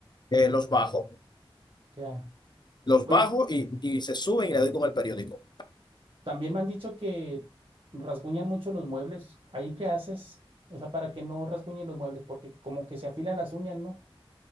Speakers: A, on the left (about 50°); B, on the right (about 65°).
A: eh, los bajo.
B: Ya.
A: Los
B: Oye,
A: bajo y, y se suben y le doy con el periódico.
B: también me han dicho que rasguñan mucho los muebles. ¿Ahí qué haces? O sea, para que no rasguñen los muebles, porque como que se afilan las uñas, ¿no?